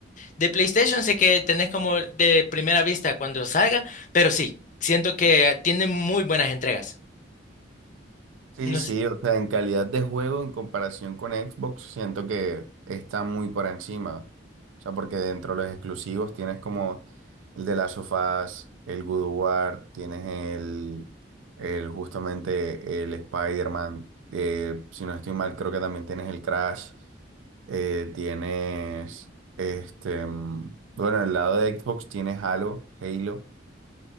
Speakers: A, on the left; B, on the right.
A: de PlayStation, sé que tenés como de primera vista cuando salga, pero sí, siento que tiene muy buenas entregas.
B: Sí,
A: No
B: sí,
A: sé.
B: o sea, en calidad de juego en comparación con Xbox, siento que está muy por encima. O sea, porque dentro de los exclusivos tienes como el de las sofás, el God of War, tienes el, el justamente el Spider-Man, eh, si no estoy mal, creo que también tienes el Crash, eh, tienes este, mm, bueno, el lado de Xbox tienes Halo, Halo,